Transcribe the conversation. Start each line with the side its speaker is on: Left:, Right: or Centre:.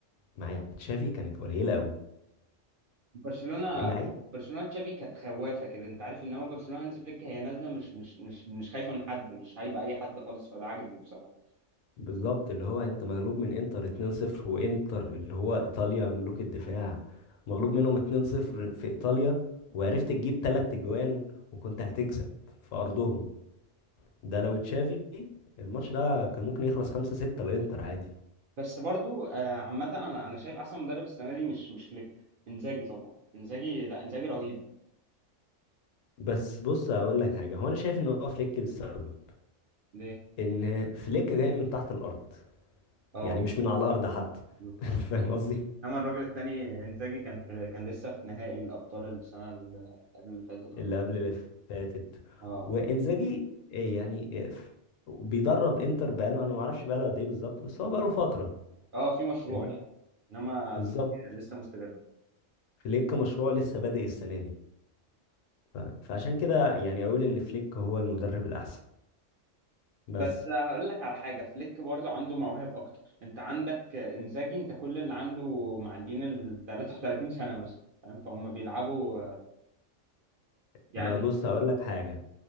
Left: مع تشافي كانت قليلة قوي
Right: برشلونه
Left: اللعيب
Right: برشلونه تشافي كانت خوافه كده انت عارف انما برشلونه هانز فليك هي نازله مش مش مش مش خايفه من حد مش هايبه اي حد خالص فده عاجبني بصراحه
Left: بالظبط اللي هو انت مغلوب من انتر 2-0 وانتر اللي هو ايطاليا ملوك الدفاع مغلوب منهم 2-0 في ايطاليا وعرفت تجيب تلات تجوان وكنت هتكسب في ارضهم ده لو تشافي الماتش ده كان ممكن يخلص 5 6 للانتر عادي
Right: بس برضو آه، عامه انا انا شايف احسن مدرب السنه دي مش مش فليك انزاجي طبعا انزاجي لا انزاجي رهيب
Left: بس بص اقول لك حاجه هو انا شايف ان هو فليك السبب
Right: ليه
Left: ان فليك جاي من تحت الارض
Right: اه
Left: يعني مش من على الارض حتى
Right: مفهوم
Left: <laughs> فاهم قصدي
Right: انما الراجل التاني انزاجي كان في كان لسه في نهائي الابطال السنه اللي قبل اللي فاتت ولا
Left: اللي قبل اللي فاتت
Right: اه
Left: وانزاجي إيه يعني إيه ف- بيدرب انتر بقاله انا ما اعرفش بقاله قد ايه بالظبط بس هو بقاله فتره
Right: اه في مشروع
Left: ال-
Right: يعني انما
Left: بالظبط
Right: فليك لسه مستجد
Left: فليك مشروع لسه بادئ السنه دي ف- فعشان كده يعني اقول ان فليك هو المدرب الاحسن بس
Right: بس هقول لك على حاجة فليك برضه عنده مواهب أكتر أنت عندك إنزاجي أنت كل اللي عنده معديين ال 33 سنة مثلا فاهم فهم بيلعبوا يعني
Left: ما بص اقول لك حاجه